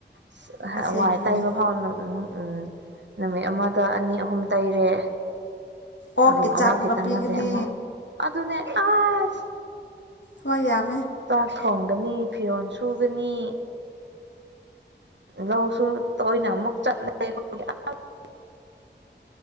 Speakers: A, on the right; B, on the left.
A: ꯁꯁ ꯑꯍꯥ
B: ꯑꯁꯦꯡꯕꯅꯦ
A: ꯋꯥꯏ ꯇꯩꯕ ꯐꯥꯎ ꯅꯪ ꯎꯝ ꯎꯝ ꯅꯨꯃꯤꯠ ꯑꯃꯗ ꯑꯅꯤ ꯑꯍꯨꯝ ꯇꯩꯔꯦ
B: ꯑꯣꯛꯀꯤ
A: ꯔꯨꯝ ꯑꯃ
B: ꯆꯥꯛ ꯑꯃꯨꯛꯀ
A: ꯈꯤꯇꯪ
B: ꯄꯤꯒꯅꯤ
A: ꯅꯠꯇꯦ ꯑꯃ ꯑꯗꯨꯅꯦ ꯑꯁ
B: ꯍꯣꯏ ꯌꯥꯝ
A: ꯆꯥꯛ ꯊꯣꯡ ꯒꯅꯤ ꯐꯤꯔꯣꯜ ꯁꯨꯒꯅꯤ ꯂꯧꯁꯨ ꯇꯣꯏꯅ ꯑꯃꯨꯛ ꯆꯠ ꯂꯩ <unintelligible>